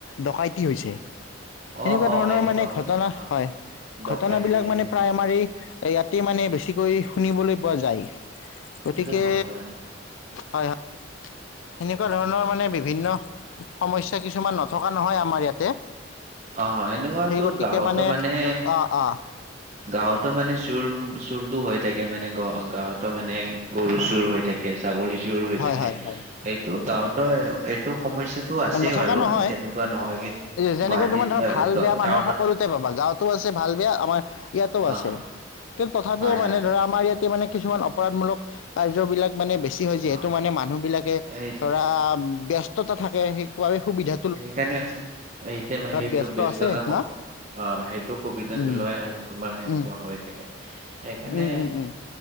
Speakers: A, on the left; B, on the right.
A: ডকাইতি হৈছে।
B: অ
A: এনেকুৱা
B: অ
A: ধৰণৰ
B: এনেকুৱা
A: মানে
B: হয়
A: ঘটনা
B: অ
A: হয়।
B: ডকাইতি
A: ঘটনাবিলাক মানে
B: এনেকুৱা
A: প্ৰায় আমাৰ এই ইয়াতে মানে বেছিকৈ শুনিবলৈ পোৱা যায়।
B: হেইটোটো
A: গতিকে
B: হয় বাৰু।
A: হয় হয় সেনেকুৱা ধৰণৰ মানে বিভিন্ন সমস্যা কিছুমান নথকা নহয় আমাৰ ইয়াতে।
B: অ' হয় এনেকুৱাতো
A: সেই গতিকে
B: গাঁৱতো মানে
A: অ অ
B: গাঁৱতো মানে চোৰ, উ চোৰটো হৈ থাকে। মানে গ-গাঁৱতো মানে গৰু চোৰ হৈ থাক সেই ছাগলী চুৰ হৈ
A: হয়
B: থাকে
A: হয় হয়
B: এইটো গাঁৱতো এইটো সমস্যাত তো আছেই
A: নথকা
B: বাৰু
A: নহয়
B: তেনেকুৱা নহয়গে
A: যেনেকৈ
B: গুৱাহাটীত
A: তোমাৰ ধৰা ভাল
B: এ
A: বেয়া মানুহ
B: টাউনত
A: সকলোতে পাবা গাঁৱতো আছে ভাল বেয়া, আমাৰ ইয়াতো আছে।
B: অ
A: কিন্তু তথাপিও
B: হয়
A: মানে
B: হয়
A: ধৰা, আমাৰ ইয়াতে মানে কিছুমান অপৰাধমূলক কাৰ্যবলাক মানে বেছি ছি হৈছে।
B: অ
A: মানে মানুহবিলাকে
B: এইটো
A: ধৰা ব্যস্ততা থাকে সেই সুবিধা
B: সেইকাৰণে এতে ম সেইটো
A: ব্যস্ত
B: ব- ব্যস্ততা
A: আছে
B: কম।
A: ন
B: অ, সেইটো সুবিধাটো
A: উম
B: লয় আৰু তোমাৰ সেনেকুৱা
A: উম
B: হৈ থাকে। সেইকাৰণে
A: উম উম
B: অ,
A: উম